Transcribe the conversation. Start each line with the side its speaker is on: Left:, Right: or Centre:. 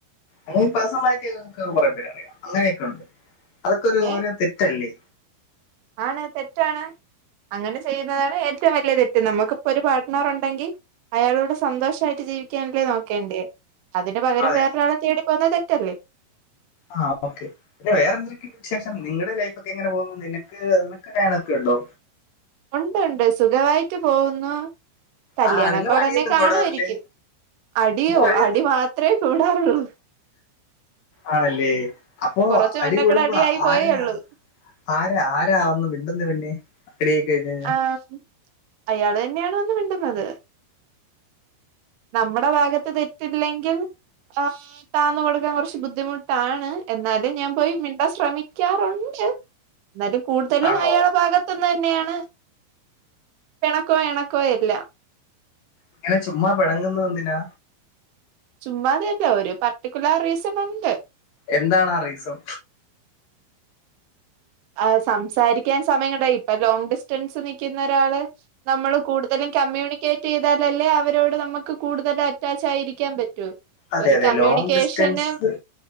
Left: അങ്ങന പേഴ്സണല് ആയിട്ടിക്ക് കുറെേ പേരറിയാം അങ്ങനെയൊക്കെ ഉണ്ട് അതൊക്കെ ഒരു
Right: ഏ
Left: തെറ്റല്ലേ.
Right: ആണ് തെറ്റാണ് അങ്ങനെ ചെയ്യുന്നതാണ് ഏറ്റവും വലിയ തെറ്റ് നമുക്കിപ്പൊ ഒരു പാർട്ട്ണർ ഉണ്ടെങ്കി അയാളൂടെ സന്തോഷായിട്ട് ജീവിക്കാനല്ലേ നോക്കേണ്ടേ. അതിന് പകരം
Left: അതെ
Right: വേറ ഒരാളെ തേടി പോകന്നത് തെറ്റല്ലേ.
Left: ആ ഓക്കെ പിന്നെ വേറെ എന്തെൊക്കെയ വിശേഷം നിങ്ങളുടെ ലൈഫ് ഒക്കെ എങ്ങനെ പോകുന്നു നിനക്ക് നിനക്ക് ലൈനൊക്കെ ഉണ്ടോ.
Right: ഉണ്ട്ഉണ്ട് സുഖമായിട്ട് പോവുന്നു കല്യാണക്കെ
Left: ആ നിങ്ങൾ
Right: ഉടനെ
Left: അടിയൊന്നും
Right: കാണുവായിരിക്കും
Left: കൂടാറില്ലേ
Right: അടിയോ
Left: നിങ്ങൾ അടിയൊന്നും
Right: അടി മാ ഇത്രേ കൂടാറുള്ളൂ.
Left: ആണല്ലേ അപ്പൊ
Right: കുറച്ച്
Left: അടികൂടുമ്പോ
Right: മുന്നേ കൂടെ അടിയായി പോയേ
Left: ആരാ
Right: ഉള്ളൂ
Left: ആരാ ആരാ അതൊന്ന് മിണ്ടുന്ന് പിന്നെ ടീ കൈഞ്ഞേ
Right: ആഹ് അയാള് തന്നെണ് വന്ന് മിണ്ടുന്നത് നമ്മുടെ ഭാഗത്ത് തെറ്റില്ലെങ്കിൽ ആ- താന്ന് കൊടുക്കാൻ കുറച്ച് ബുദ്ധിമുട്ടാണ് എന്നാലും ഞാൻ പോയി മിണ്ടാൻ ശ്രമിക്കാറുണ്ട് ന്നാലും കൂടുതലും
Left: ആണോ
Right: അയാള ഭാഗത്തു നിന്ന് തന്നെയാണ് പിണക്കോ ഇണക്കോ എല്ലാം.
Left: ഇങ്ങനെ ചുമ്മ പിണങ്ങുന്നന്തിനാ
Right: ചുമ്മാതയല്ല ഒരു പർട്ടിക്കുലർ റീസൺ ഉണ്ട്.
Left: എന്താണ് ആ റീസൺ?
Right: ആഹ് സംസാരിക്കാൻ സമയം കിട്ടാ ഇപ്പൊ ലോങ് ഡിസ്റ്റൻസ് നിക്കുന്ന ഒരാള് നമ്മള് കൂടുതലും കമ്മ്യൂണിക്കേറ്റ് ചെയ്താലല്ലേ അവരോട് നമ്മക്ക് കൂടുതല് അറ്റാച്ചായിരിക്കാൻ പറ്റൂ.
Left: അതെ
Right: ഒരു
Left: അതെ
Right: കമ്മ്യൂണിക്കേഷനും
Left: ലോങ് ഡിസ്റ്റൻസ്